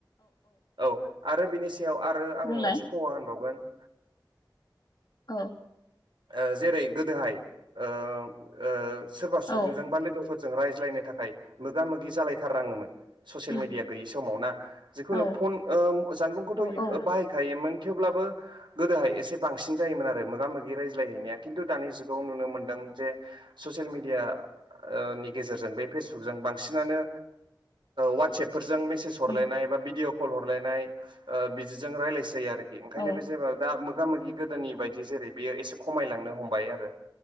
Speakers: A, on the right; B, on the left.
A: औ आरो फिनिस थियाव आरो आं
B: बुंलाय
A: मोनसे खहा होनबावगोन <inaudible>
B: औ
A: ओ जेरै गोदोहाय ओ ओ सोरबा
B: औ
A: सुबुंजों बा लोगो फोरजों रायज्लायनो थाखाय मोगा मोगि जालायथारनाङोमोन। ससियेल
B: उम
A: मिडिया गैयि समावना जिखुनु
B: औ
A: फन ओ जानबुंखौथ'
B: औ
A: ओ
B: औ
A: बाहायखायोमोन। थेवब्लाबो गोदोहाय एसे बांसिन जायोमोन आरो मोगा मोगि रायज लायहैनाया किन्टु दानि जुगाव नुनो मोनदों जे ससिल मिडियानि गेजेरजों बे फेसबुकजों बांसिनानो वातसेपफोर जों मेसेज हरलाय
B: उम
A: बा भिडिअ। कल हरलायनाय ओ बिदिजों रायज्लायसै आरो। बि ओंखायनो
B: औ
A: बे जेबा <unintelligible> मोगा मोगि गोदोनि बायदि जेरै बियो एस खमायलांनो हमबाय आरो